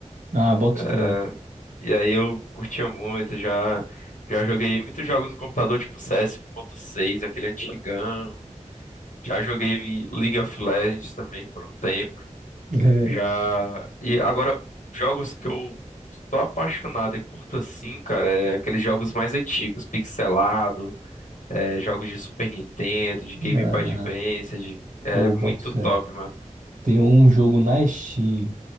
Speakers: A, on the right; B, on the left.
A: Ah, boto fé.
B: É, E aí eu curtia muito, já, já joguei muitos jogos no computador, tipo CS 1.6, aquele antigão, já joguei League of Legends também por um tempo,
A: <laughs>
B: Já. E agora, jogos que eu sou apaixonado e curto assim, cara, é aqueles jogos mais antigos, pixelado, é, jogos de Super Nintendo, de Game
A: É. Ah,
B: Boy Advance, de... é
A: pô,
B: muito
A: boto fé.
B: top, mano.
A: Tem um jogo na Steam.